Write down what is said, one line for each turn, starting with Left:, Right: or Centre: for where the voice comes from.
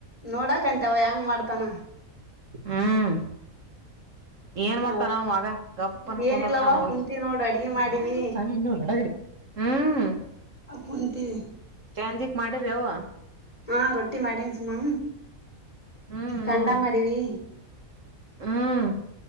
Left: ನೋಡಕಂತವ ಹೆಂಗ್ ಮಾಡ್ತಾನ
Right: ಹ್ಮ ಏನ್
Left: ಹ
Right: ಮಾಡ್ತಾನ ಅವ ಮಗ ಗಪ್ಪನ
Left: ಏನಿಲ್ಲವ
Right: ಕುಂದಾರ್ತನ ಹೋಗಿ
Left: ಕುಂತೀವಿ ನೋಡ್ ಅಡ್ಗಿ
Right: <unintelligible>
Left: ಮಾಡಿವಿ
Right: ಹ್ಮ
Left: <unintelligible>
Right: ಚಾಂಜಿಕ್ ಮಾಡಿರಿವ
Left: ಹಾ ರೊಟ್ಟಿ ಮಾಡನ ಸುಮಾ
Right: ಹ್ಮ್
Left: ಖಂಡ
Right: ಹ್ಮ್
Left: ಮಾಡಿವಿ.
Right: ಹ್ಮ್